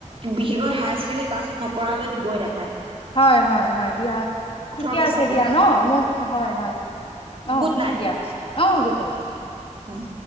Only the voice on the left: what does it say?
হয়-হয়-হয় দিয়া,
ঠিকে
আছে
দিয়া ন, মোক হয়-হয় অ
দিয়া। অ, গুডনাইট, গুডনাইট।